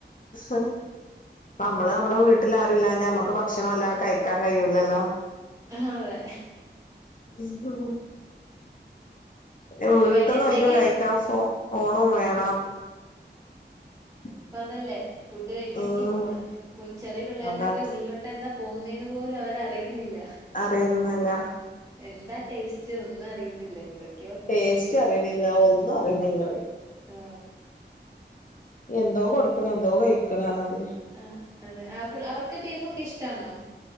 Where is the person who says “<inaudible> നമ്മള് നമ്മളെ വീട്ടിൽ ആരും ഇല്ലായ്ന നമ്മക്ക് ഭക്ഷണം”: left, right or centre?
Left